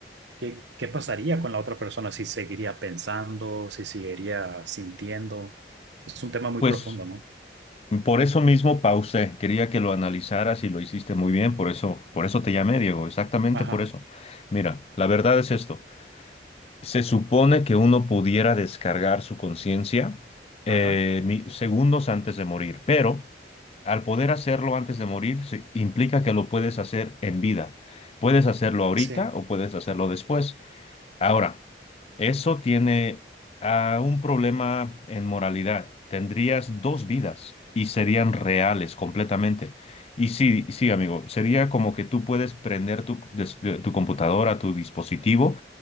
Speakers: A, on the right (about 80°); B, on the left (about 35°).
A: ¿Qué, qué pasaría con la otra persona si seguiría pensando, si seguiría sintiendo? Es un tema muy
B: Pues
A: profundo, ¿no?
B: por eso mismo pausé, quería que lo analizaras y lo hiciste muy bien, por eso, por eso te llamé, Diego, exactamente
A: Ajá,
B: por eso. Mira, la verdad es esto. Se supone que uno pudiera descargar su conciencia eh,
A: ajá,
B: mi- segundos antes de morir, pero Al poder hacerlo antes de morir, se- implica que lo puedes hacer en vida. Puedes hacerlo ahorita
A: sí,
B: o puedes hacerlo después. Ahora, eso tiene ah, un problema en moralidad. Tendrías dos vidas y serían reales completamente. Y sí, sí, amigo, sería como que tú puedes prender tu, des- de- tu computadora, tu dispositivo